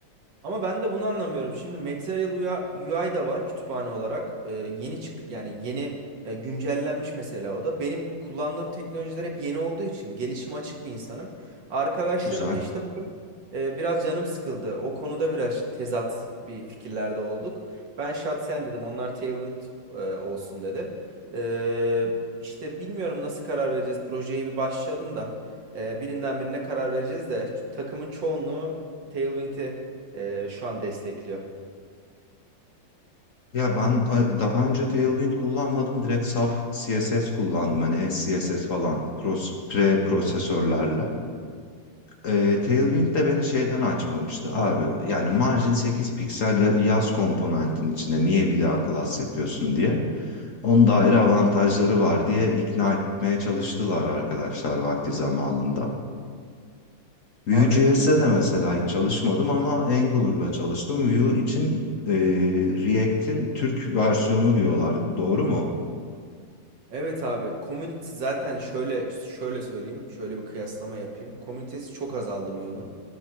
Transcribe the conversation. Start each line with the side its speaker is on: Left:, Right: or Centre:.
Right: Ama ben de bunu anlamıyorum. Şimdi Material UI da var kütüphane olarak. Ee, yeni çık yani yeni e, güncellenmiş mesela o da. Benim kullandığım teknolojiler hep yeni olduğu için gelişime açık bir insanım. Arkadaşlarım
Left: Güzel.
Right: da işte bugün e, biraz canım sıkıldı. O konuda biraz tezat bir fikirlerde olduk. Ben Shatsen dedim. Onlar Tailwind e, olsun dedi. Ee, işte bilmiyorum nasıl karar vereceğiz. Projeye bir başlayalım da e, birinden birine karar vereceğiz de takımın çoğunluğu Tailwind'i e, şu an destekliyor.
Left: Ya ben a- daha önce Tailwind kullanmadım. Direkt saf CSS kullandım. Hani SCSS falan pros- pre-prosesörlerle. Ee, Tailwind de beni şeyden açmamıştı. Abi yani margin 8 piksel ya- yaz komponentin içine niye bir daha class yapıyorsun diye. Onun da ayrı avantajları var diye ikna etmeye çalıştılar arkadaşlar vakti zamanında. Vue.js'e
Right: Abi
Left: de mesela hiç çalışmadım ama Angular'la çalıştım. Vue için e, React'in Türk versiyonu diyorlar. Doğru mu?
Right: Evet abi community zaten şöyle şöyle söyleyeyim şöyle bir kıyaslama yapayım. Komünitesi çok azaldı Vue'nun.